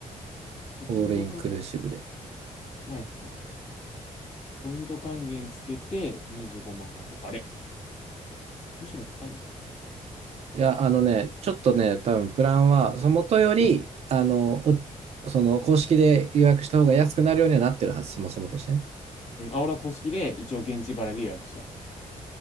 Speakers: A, on the right; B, on the left.
A: オールインクルーシブで。
B: ポイント還、はいはいはい。ポイント還元つけて25万8 0あれむしろ高い
A: いや、あのね、ちょっとね、多分プランは、その元より、あの、おその公式で予約した方が安くなるようにはなってるはず、そもそもとしてね。
B: うん、あ、俺は公式で一応現地払いで予約した。